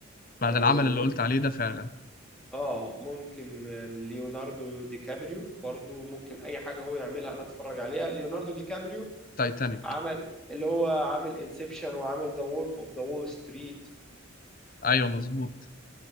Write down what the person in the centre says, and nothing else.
إيه،
اه ممكن ليوناردو دي كابريو برضو ممكن اي حاجه هو يعملها انا اتفرج عليها ليوناردو دي كابريو
عمل اللي هو عامل انسبشن وعامل ذا وولف اوف ذا وول ستريت